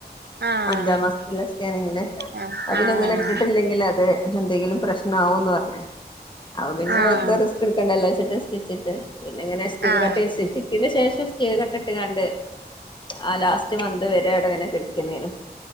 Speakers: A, on the right; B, on the left.
A: ആഹ്
B: അഞ്ചാം മാസത്തിലെ സ്കാനിങ്ങില്
A: ആഹ്
B: അത് പിന്നെ
A: ആഹ്
B: ഇങ്ങനെ ഇട്ടിട്ടില്ലെങ്കിൽ അത് എന്തെങ്കിലും പ്രശ്ണം ആവോന്ന് പറഞ്ഞേ അപ്പ പിന്നെ
A: ആഹ്
B: വെറുതെ റിസ്ക്ക്‌ ഇടുക്കണ്ടല്ലോ വെച്ചിട്ട് സ്റ്റിച്ചിട്ട് പിന്നെ ഇങ്ങെ ഇഷ്ടിക
A: ആഹ്
B: കട്ടേ ആയ്നൻസരിച്ചു ശേഷം ഇസ്റ്റീക കട്ട ഇട്ടാണ്ട് ട്ട് ആ ലാസ്റ്റ് മന്ത് വരെ അവിടെ ഇങ്ങനെ കിടക്കെർന്നു